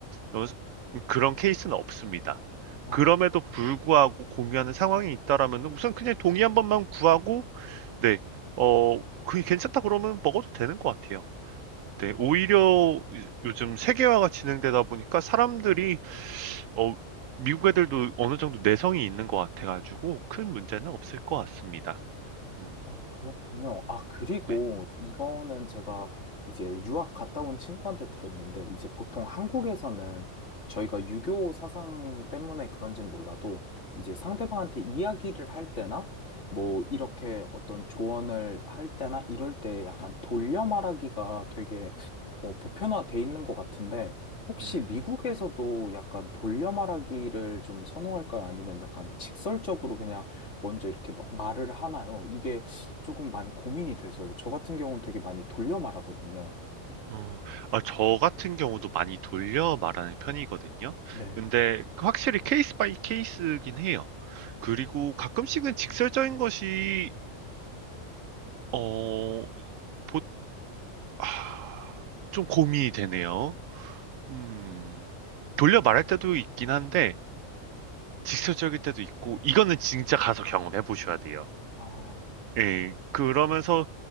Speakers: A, on the right; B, on the left.
A: 어, 그런 케이스는 없습니다.
B: 아,
A: 그럼에도 불구하고 공유하는 상황이 있다라면 우선 그냥 동의 한 번만 구하고 네, 어, 그게 괜찮다 그러면 먹어도 되는 것 같아요. 네,
B: 아,
A: 오히려 요즘 세계화가 진행되다 보니까 사람들이 어, 미국 애들도 어느 정도 내성이 있는 것 같아가지고 큰 문제는 없을 것 같습니다. 음,
B: 어, 그렇군요. 아, 그리고
A: 네.
B: 이거는 제가 이제 유학 갔다 온 친구한테 들었는데, 이제 보통 한국에서는 저희가 유교 사상 때문에 그런진 몰라도, 이제 상대방한테 이야기를 할 때나, 뭐, 이렇게 어떤 조언을 할 때나, 이럴 때 약간 돌려 말하기가 되게 어, 보편화돼 있는 것 같은데, 혹시
A: 음,
B: 미국에서도 약간 돌려 말하기를 좀 선호할까요? 아니면 약간 직설적으로 그냥 먼저 이렇게 마- 말을 하나요? 이게 조금 많이 고민이 돼서요. 저 같은 경우는 되게 많이 돌려 말하거든요.
A: 어, 아, 저 같은 경우도 많이 돌려 말하는 편이거든요.
B: 네.
A: 근데 확실히 케이스 바이 케이스긴 해요. 그리고 가끔씩은 직설적인 것이, 어, 보, 아, 좀 고민이 되네요. 음, 돌려 말할 때도 있긴 한데, 직설적일 때도 있고, 이거는 진짜 가서 경험해 보셔야 돼요.
B: 아,
A: 예, 그러면서